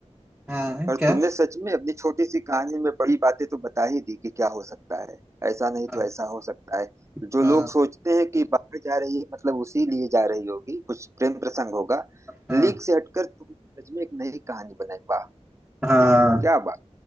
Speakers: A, in the centre; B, on the right.
A: हाँ
B: और
A: क्या
B: तुमने सच में अपनी छोटी सी कहानी में बड़ी बातें तो बता ही दी कि क्या हो सकता है ऐसा नहीं
A: हाँ
B: तो ऐसा हो सकता है
A: हाँ
B: जो लोग सोचते हैं कि बाहर जा रही है मतलब उसी लिए जा रही होगी कुछ प्रेम प्रसंग होगा
A: हाँ
B: लीक से हटकर तुमने सच में एक नई कहानी बनाई वाह
A: हाँ
B: वाह क्या बात